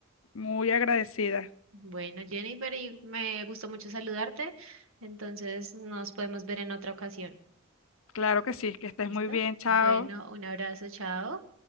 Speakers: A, on the left; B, on the right.
A: Muy agradecida.
B: Bueno, Jennifer, y me gustó mucho saludarte, entonces nos podemos ver en otra ocasión.
A: Claro que sí, que estés
B: ¿Listo?
A: muy bien, chao.
B: Bueno, un abrazo, chao.